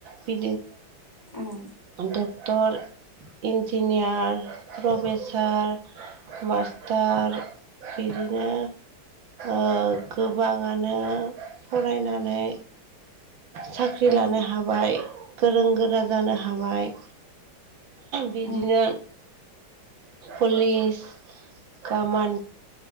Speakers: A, on the right (about 75°); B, on the left (about 20°).
A: बि
B: ओं।
A: डक्टर, इन्जिनियार, प्रफेस सार, मासास्टार बिदिनो। ओ गोबाङानो फरायनानै। साख्रि
B: उम
A: लानो हाबाय गोरों गोरा जानो हाबाय। बिदिनो।
B: उम
A: Police, command'.